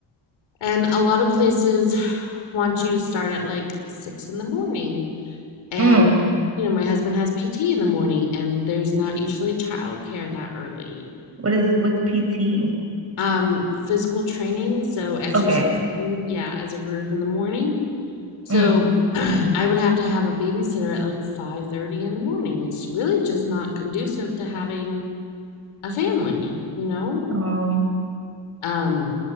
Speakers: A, on the left; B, on the right.
A: And a lot of places <sighs> want you to start at like six in the morning. And,
B: Mm.
A: you know, my husband has PT in the morning, and there's not usually childcare that early.
B: What is what's PT?
A: Um, physical training, so exercising,
B: Okay.
A: yeah, as a group in the morning. So
B: Mm.
A: <clears throat> I would have to have a babysitter at like 5:30 in the morning. It's really just not conducive to having a family, you know?
B: Oh,
A: Um,